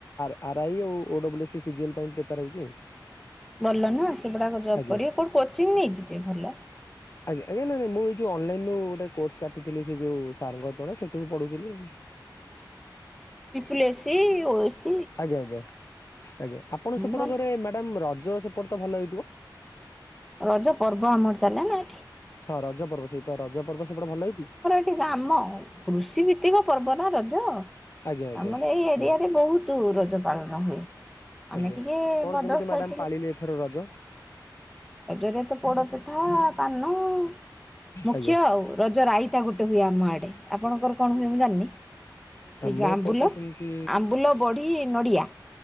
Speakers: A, on the left (about 40°); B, in the centre.
A: ଆର ଆର୍ ଆଇ ଆଉ ଓ ଡବ୍ଲ୍ୟୁ ଏସେ ସିଜିଏଲ୍ ପାଇଁ ପ୍ରିପାରେ ହେଉଛି ଆଉ।
B: ଭଲ ନା ସେଗୁଡାକ ଜବ୍
A: ଆଜ୍ଞା।
B: କରିବେ କଉଠୁ କୋଚିଂ ନେଇଯିବେ ଭଲ।
A: ଆଜ୍ଞା ଆଜ୍ଞା ନାଇଁ ନାଇଁ ମୁଁ ଏଇ ଯୋଉ ଅନଲାଇନ ରୁ ଗୋଟେ କୋର୍ସ କାଟିିଥିଲି ଯେ ଯୋଉ ସାରଙ୍ଗ ତଳେ ସେଠୁ ମୁଁ ପଢୁଥିଲି।
B: ଟ୍ରିପଲେସି ଓ ଏ ସି
A: ଆଜ୍ଞା ଆଜ୍ଞା ଆଜ୍ଞା ଆପଣ ସେପଟ
B: ଭଲ
A: ଘରେ ମ୍ୟାଡ଼ାମ ରଜ ସେପଟେ ତ ଭଲ ହେଇଥିବ?
B: ରଜ ପର୍ବ ଆମର ଚାଲେନା ଏଠି।
A: ହଁ ରଜ ପର୍ବ ସେଇପା ରଜ ପର୍ବ ସେପଟେ ଭଲ ହେଇଥି।
B: <unintelligible> ଆମ କୃଷି ଭିତ୍ତିକ ପର୍ବ ନା ରଜ
A: ଆଜ୍ଞା ଆଜ୍ଞା
B: ଆମର ଏଇ ଏରିଆରେ
A: ୟେସ୍
B: ବହୁତ ତୁ ରଜ ପାଳନ ହୁଏ ଆମେ
A: ଆଜ୍ଞା।
B: ଟିକେ
A: କଣ
B: ବଦ୍ରକ
A: କେମିତି ମ୍ୟାଡାମ
B: ସାଇଟ
A: ପାଳିଲେ ଏଥର ରଜ?
B: ରଜରେ ତ ପୋଡ଼ପିଠା ପାନ ମୁଖ୍ୟ
A: ଆଜ୍ଞା।
B: ଆଉ ରଜ ରାଇତା ଗୋଟେ ହୁଏ ଆମ ଆଡ଼େ। ଆପଣଙ୍କର କଣ ହୁଏ ମୁଁ ଜାଣିନି ସେଇ
A: ଆମ
B: ଯୋଉ ଆମ୍ବୁଲ
A: ଏପଟେ ସେମିତି
B: ଆମ୍ବୁଲ ବଢ଼ି ନଡ଼ିଆ